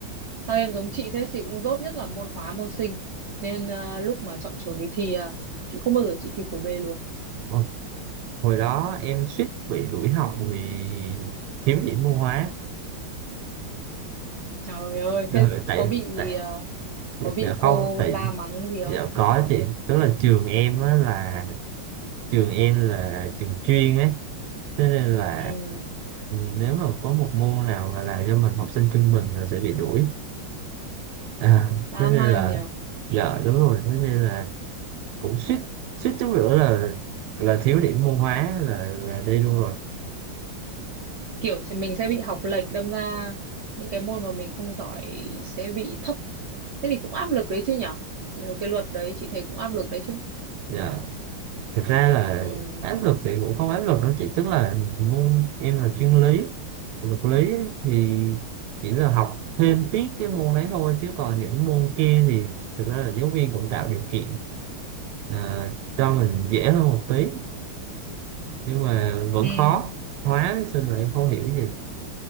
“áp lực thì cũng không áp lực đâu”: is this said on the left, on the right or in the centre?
Right